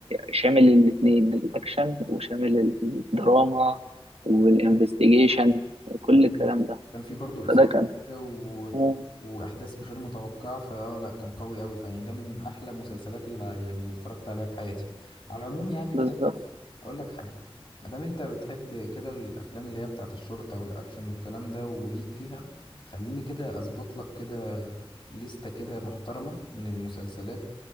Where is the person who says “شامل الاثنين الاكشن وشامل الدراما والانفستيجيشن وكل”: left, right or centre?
Right